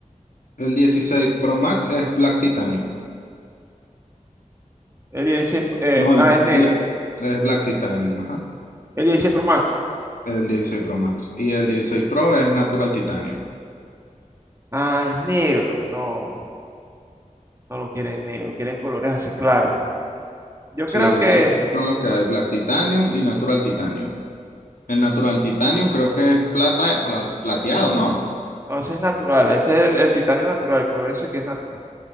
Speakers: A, on the left (about 85°); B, on the right (about 20°).
A: El 16 Pro Max es Black Titanium.
B: El 16, eh,
A: No, el,
B: ah, es negro.
A: y- es Black Titanium, ajá.
B: El 16 Pro Max.
A: El 16 Pro Max. Y el 16 Pro es Natural Titanium.
B: Ah, es negro. No, no lo quieren negro, quieren colores así claros. Yo
A: Sí,
B: creo que,
A: eso, esos son los que hay, Black Titanium y Natural Titanium. El Natural Titanium creo que es plata, pla- plateado, ¿no?
B: no, ese es natural, ese es el, el titanio natural, el color ese que es natural.